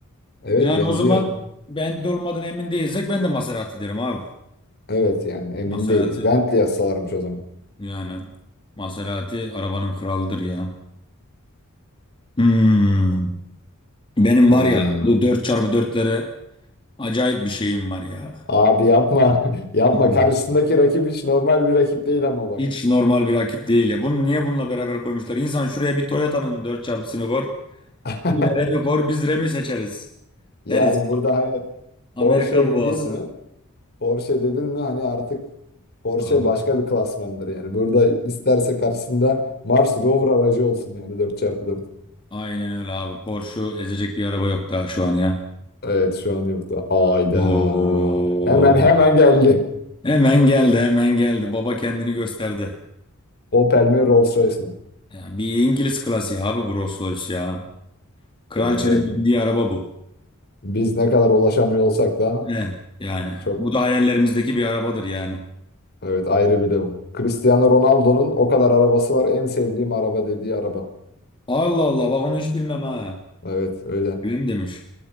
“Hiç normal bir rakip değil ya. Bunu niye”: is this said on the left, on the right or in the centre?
Left